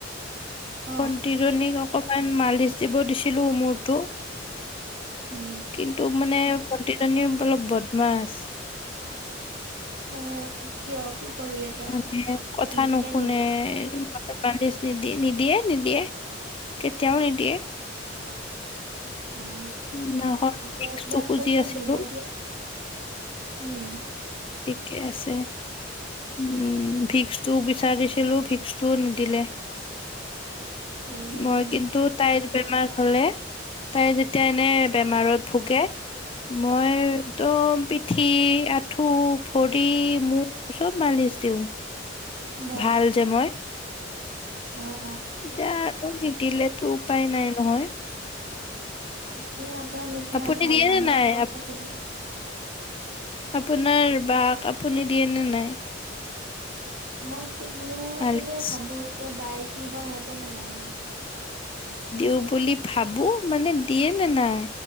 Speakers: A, on the right; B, on the left.
A: অ
B: ভণ্টি জনি মান মালিচ দিব দিছিলো মূৰটো
A: হয় নেকি
B: কিন্তু মানে ভন্তি জনি বোলে বদমাছ
A: অ কি অ কি কৰিলে তাই
B: মানে কথা
A: নিদিলে
B: নুশুনে
A: নেকি?
B: মালিচ নিদি নিদিয়ে নিদিয়ে কেতিয়াও নিদিয়ে
A: <unintelligible> অ
B: সিদিনাখন
A: আকৌ
B: ভিক্সটো
A: একবাৰ
B: খুজি
A: কম
B: আছিলো
A: নিদো দিয়া উম
B: কে আছে উম ভিক্সটো বিচাৰিছিলো ভিক্সটোও নিদিলে
A: উম,
B: মই কিন্তু তাইৰ বেমাৰ হ'লে তাই যেতিয়া এনে বেমাৰত ভোগে মই একদম পিঠি আঁঠু ভৰি মুখ চব মালিচ দিওঁ
A: বাপৰে
B: ভাল যে মই
A: অ', অ'।
B: এতিয়া আৰু নিদিলে তো উপায় নাই নহয়
A: <unintelligible> নিচিনা
B: আপুনি
A: ভাল
B: দিয়ে
A: মানুহ
B: নে নাই?
A: আৰু ক'ত থাকিব
B: আপোনাৰ বাক আপুনি দিয়ে নে নাই
A: মই দিওঁ
B: মালিচ?
A: বোলে ভাবো এতিয়া বায়ে কি বা ভাবে নাজানোঁ আৰু
B: দিওঁ বুলি ভাবোঁ মানে দিয়ে নে নাই